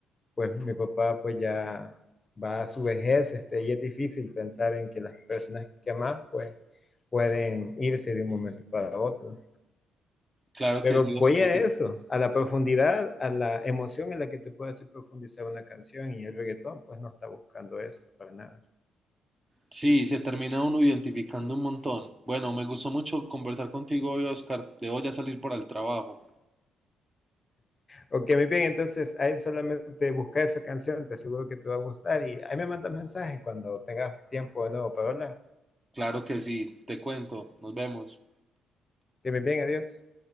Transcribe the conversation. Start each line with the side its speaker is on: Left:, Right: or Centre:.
Left: pues mi papá pues ya va a su vejez, este, y es difícil pensar en que las personas que amas pues pueden irse de un momento para otro.
Right: Claro
Left: Pero
Right: que sí,
Left: voy
Right: Oscar.
Left: a
Right: se-
Left: eso, a la profundidad, a la emoción en la que te puede hacer profundizar una canción y el reggaetón pues no está buscando eso para nada.
Right: Sí, se termina uno identificando un montón. Bueno, me gustó mucho conversar contigo hoy, Oscar. Debo ya salir para el trabajo.
Left: Ok, muy bien, entonces ahí solamente busca esa canción, te aseguro que te va a gustar y ahí me mandas mensaje cuando tengas tiempo de nuevo para hablar.
Right: Claro que sí, te cuento, nos vemos.
Left: Que muy bien, adiós.